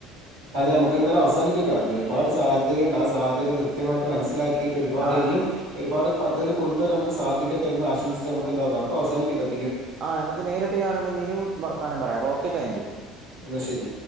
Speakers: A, on the right (about 75°); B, on the right (about 45°).
A: അതെ നമുന്തായാലും അവാനപ്പിക്കാം അത് ഒരുപാട് സാധ്യതകുണ്ട് സധ്യത കൃത്യമായിട്ട് മനസിലാ ക്കീട്ട് ഒരുപാട്
B: ആഹ്
A: ഇനിയും ഒരുപാ പദ്ധൽ കൊണ്ട് വരാ നമുക്ക് സാധിക്കട്ടെ എന്ന് ആഷംസിച്ച് നമുക്ക് എന്താവ നമുക്ക് അവാനിപ്പിക്കാം
B: ആഹ് നമക്ക് നേരിട്ട് കാണുമ്പോൾ ഇനിയും വർത്താനം പറയാം ഓക്കെ താങ്ക് യു
A: ന്ന ശരി